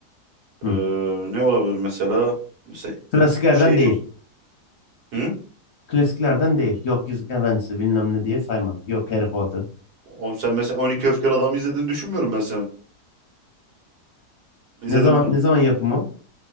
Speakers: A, on the left; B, on the right.
A: Hı.
B: Ee, ne olabilir mesela? Mesela
A: Klasiklerden
B: şey
A: değil.
B: çok... Hı?
A: Klasiklerden değil. Yok Yüzük Efendisi bilmem ne diye sayma. Yok Harry Potter.
B: Oğlum sen mesela 12 Öfkeli Adam'ı izlediğini düşünmüyorum ben senin. İzledin
A: Ne zaman
B: mi?
A: ne zaman yapımı?